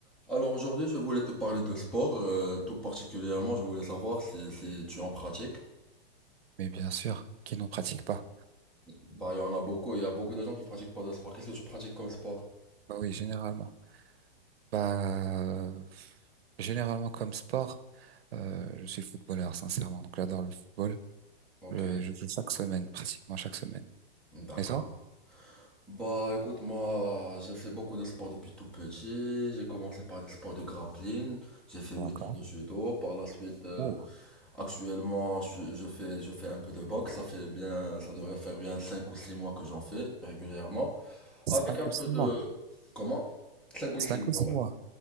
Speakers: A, in the centre; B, on the right.
A: Alors aujourd'hui, je voulais te parler de sport, euh, tout particulièrement, je voulais savoir si, si tu en pratiques.
B: Mais bien sûr, qui n'en pratique pas.
A: Bah, il y en a beaucoup, il y a beaucoup de gens qui pratiquent pas de sport. Qu'est-ce que tu pratiques comme sport?
B: Bah oui, généralement. Bah, euh, généralement comme sport, euh, je suis footballeur, sincèrement. Donc j'adore le football.
A: Ok,
B: Je, je joue chaque semaine, pratiquement chaque semaine.
A: d'accord.
B: Et toi?
A: Bah, écoute, moi, j'ai fait beaucoup de sport depuis tout petit. J'ai commencé par des sports de grappling. J'ai fait 8
B: Pas Encore.
A: ans de judo. Par la suite, euh,
B: Ouh,
A: actuellement, je, suis- je fais, je fais un peu de boxe. Ça fait bien, ça devrait faire bien 5 ou 6 mois que j'en fais régulièrement.
B: cinq
A: Avec un peu
B: ou six
A: de...
B: mois.
A: Comment? 5 ou
B: Cinq
A: 6 mois,
B: ou six mois.